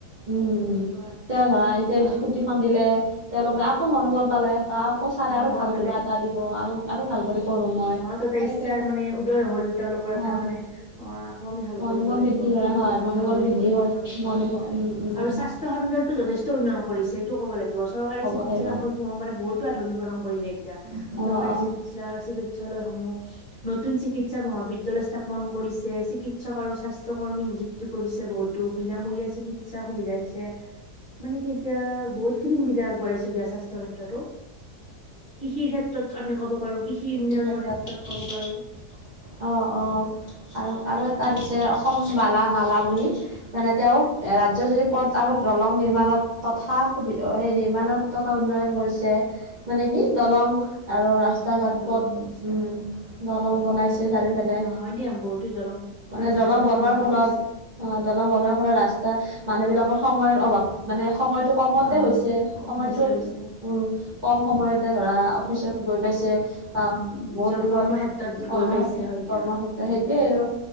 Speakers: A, on the right; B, on the left.
A: উম, উম,
B: এনেকুৱা আৰু
A: এতিয়া ধৰা এতিয়া
B: আৰু
A: স্কুতিখন দিলে তেওঁলোকে আকৌ মনোবল পালে বা আকৌ চাৰে
B: মনোবল
A: আৰু ভাল
B: পালে
A: কিবা এটা দিব আৰু ভাল কৰি
B: উম,
A: পঢ়ো মই।
B: মনত এটা
A: সেনেকে
B: ইচ্ছাৰ মানে উদয় হ'ল তেওঁলোকৰ এটা
A: অ',
B: মানে অ', আকৌ আমি ভাল
A: মনোবল
B: কৰিব লাগিব
A: বৃদ্ধি
B: ভালকৈ
A: কৰা হয়
B: পঢ়া
A: মনোবল
B: শুনা কৰিব
A: বৃদ্ধি
B: লাগিব
A: কৰি
B: এনেকুৱা
A: মনোবল
B: আৰু
A: উম, উম।
B: আৰু স্বাস্থ্য খণ্ডতো যথেষ্ট উন্নয়ন কৰিছে এইটো ক'ব লাগিব চৰকাৰী
A: হ'ব
B: চিকিৎসালয়সমূহ
A: লাগিব
B: মানে বহুতো আধুনিককৰণ কৰিলে এতিয়া
A: অ',
B: চৰকাৰী
A: অ',
B: চিকৎ চিকিৎসালয়সমূহ নতুন চিকিৎসা মহাবিদ্যালয় স্থাপন কৰিছে চিকিৎসক আৰু স্বাস্থ্য কৰ্মী নিযো কৰিছে বহুতো বিনামূলীয়া চিকিৎসাৰ সুবিধা দিছে। মানে কি এতিয়া বহুত খিনি সুবিধা আগবঢ়াইছে দিয়া স্বাস্থ্যৰ ক্ষেত্ৰতো। কৃষিৰ ক্ষেত্ৰত আমি ক'ব পাৰো কৃষি
A: কৃষিৰ
B: উন্নয়নৰ
A: ক্ষেত্ৰত
B: ক'ব পাৰো
A: অ', অ', আৰু আৰু এটা দিছে অসম বালা মালা বুলি মানে তেওঁ ৰাজ্য যুদি
B: উম
A: পথ আৰু জ্বল নিৰ্মাণত তথা সুবিধা সেই নিৰ্মণত তথা উন্নয়ন কৰিছে মানে কি দলং আৰু ৰাস্তা
B: উম
A: ঘাট
B: উম দলং
A: পথ
B: ৰাস্তা
A: উম,
B: ঘাট
A: দলং বনাইছে চাৰিওফালে।
B: অ হয় দিয়া বহুতো দলং
A: মানে
B: ৰাস্তা
A: দলং
B: ঘাট
A: বনোৱাৰ
B: নিৰ্মাণ
A: ফলত
B: কৰিছে
A: অ, দলং বনোৱাৰ ফলত ৰাস্তাত মানুহ বিলাক সময়ৰ অভাৱ মানে সময়টো কমতে
B: অ
A: হৈছে সময়টো
B: হৈছে হৈছে
A: উম, কম সময়ত এ ধৰা অফিচত গৈ পাইছে বা
B: উম উম নিজৰ
A: বহুত দূৰত
B: কৰ্মক্ষেত্ৰত
A: কৰ্ম্ৰ
B: গৈ পাইছে হয় দিয়া
A: কৰ্ম্ৰ সেইটোৱে
B: উম
A: আৰু।